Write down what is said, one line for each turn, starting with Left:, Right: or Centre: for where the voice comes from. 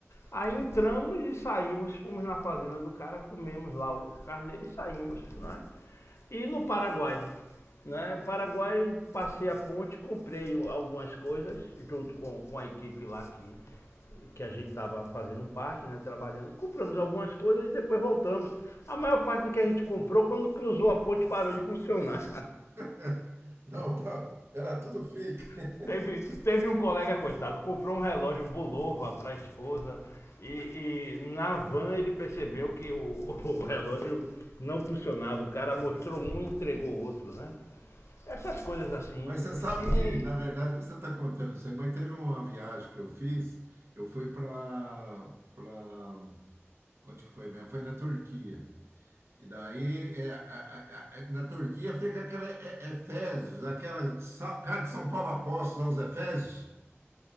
Left: Aí entramos e saímos, fomos na fazenda do cara, comemos lá o carneiro e saímos, né? E no Paraguai, né? O Paraguai, passei a ponte, comprei algumas coisas junto com, com a equipe lá que que a gente estava fazendo parte, né, trabalhando, compramos algumas coisas e depois voltamos. A maior parte do que a gente comprou, quando cruzou a ponte, parou de funcionar.
Right: <laughs> não, tá, era tudo fake. <laughs>
Left: <laughs> teve, teve um colega, coitado, comprou um relógio Bulova para a esposa e, e na van ele percebeu que o, <laughs> o relógio não funcionava. O cara mostrou um e entregou o outro, né? Essas coisas assim.
Right: Mas você sabe
Left: E
Right: que, na verdade, você está contando isso aí, mas teve uma viagem que eu fiz, eu fui para para onde que foi mesmo? Foi na Turquia. E daí, é, a- a- a- na Turquia fica aquela é, é Efésios, aquela Sa- carta de São Paulo Apóstolos aos Efésios.